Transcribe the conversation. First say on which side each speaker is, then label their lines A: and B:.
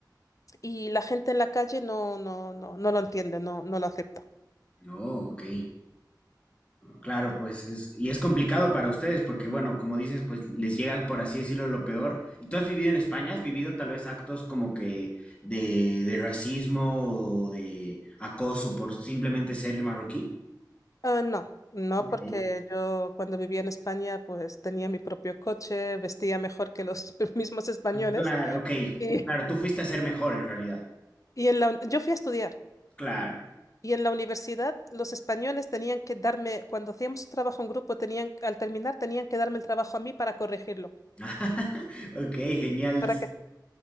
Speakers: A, on the left (about 50°); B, on the left (about 15°).
A: y la gente en la calle no, no, no, no lo entiende, no, no lo acepta.
B: no, ok. Claro, pues es, y es complicado para ustedes porque, bueno, como dices, pues les llega, por así decirlo, lo peor. ¿Y tú has vivido en España? ¿Has vivido tal vez actos como que de, de racismo o de acoso por simplemente ser marroquí?
A: Ah, no, no,
B: Ok.
A: porque yo cuando vivía en España pues tenía mi propio coche, vestía mejor que los <laughs> mismos españoles.
B: Claro, ok.
A: Y,
B: Claro, tú fuiste a ser mejor en realidad.
A: y en la, yo fui a estudiar
B: Claro.
A: Y en la universidad los españoles tenían que darme, cuando hacíamos un trabajo en grupo, tenían, al terminar tenían que darme el trabajo a mí para corregirlo.
B: <laughs> Ok, genial.
A: ¿Para qué?